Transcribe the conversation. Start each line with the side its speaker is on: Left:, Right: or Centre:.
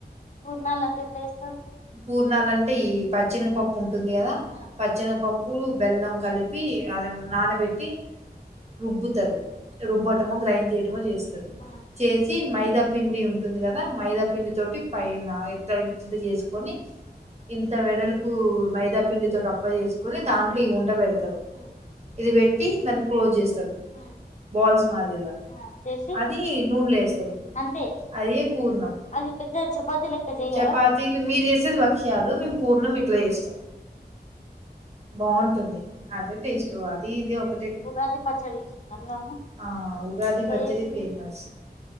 Left: పూర్ణాలంటే ఎట్లేస్త
Right: పూర్ణాలంటే ఈ పచ్చేనగపప్పు ఉంటుందిగ గ
Left: ఆ
Right: పచ్చెనగపప్పు బెల్లం కలిపి అ నానబెట్టి రుబ్బు తరు రుబట్ టం గ్రైండ్ చేయటమో చేస్తారు
Left: ఆ
Right: చేసి మైదా పిండి ఉంటుంది కదా మైదా పిండి తోటి ఫై నా ఇంత్త ఇంతీంత చేసుకొని ఇంత వెడల్పు మైదా పిండితోటప్ప చేసుకుొని దాంట్లో ఇ ఉండబెడుతారు
Left: ఉమ్,
Right: ఇది పెట్టి దాన్ని క్లోజ్ చేస్తారు
Left: ఉమ్,
Right: బాల్స్ మాదిరిగా
Left: ఆ చేసి
Right: అది నూనెలేస్తారు
Left: అంతే
Right: అదిే పూర్ణం
Left: అది పెద్ద చపాతి లెక్క చెయ్యరా
Right: చపాతీలు మీరు చేసేది భక్ష్యాలు మేము పూర్ణమి ట్ల చేస్తాం బాగుంటుంది అదే టేస్ట్ అది ఇది ఒక
Left: ఉగాది పచ్చడి చేసిందా మీ మమ్మీ
Right: ఆ ఉగాది
Left: ఎట్లా
Right: పచ్చడి
Left: చేసింది
Right: ఫేమస్